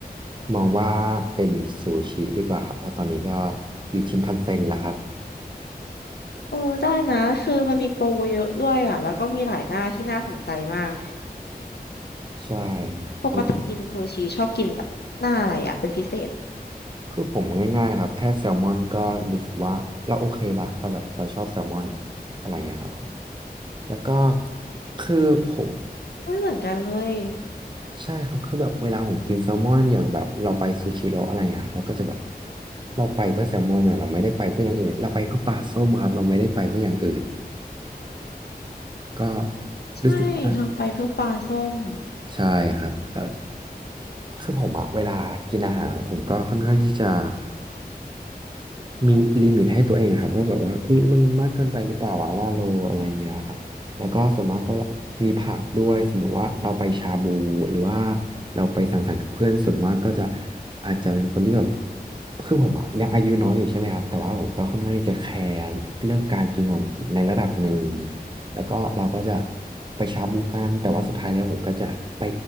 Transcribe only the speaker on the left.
เออได้นะคือมันมีโปรเยอะด้วยอ่ะแล้วก็มีหลายหน้าที่น่าสนใจมาก
ปกติกินซูชิชอบกินแบบหน้าอะไรอ่ะเป็นพิเศษ
อุ้ยเหมือนกันเลย
ใช่เราไปเพื่อปลาส้ม